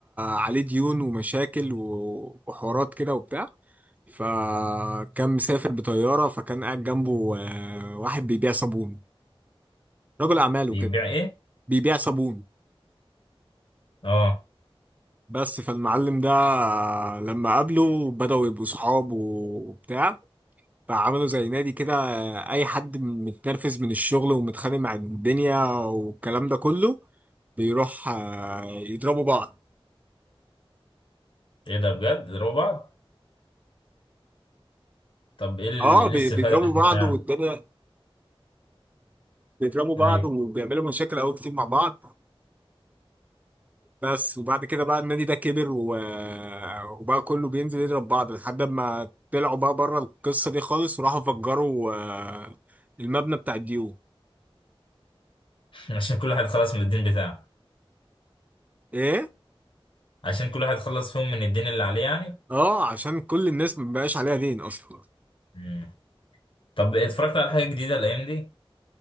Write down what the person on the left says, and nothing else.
بيبيع
ايه
اه
ايه ده بجد ضربوا بعض طب ايه ال-
إيه الاستفادة
من ده يعني
اي
<laughs> عشان كل واحد خلص من الدين بتاعه
عشان كل واحد خلص فيهم من الدين اللي عليه يعني
مم. طب اتفرجت على حاجة جديدة الايام دي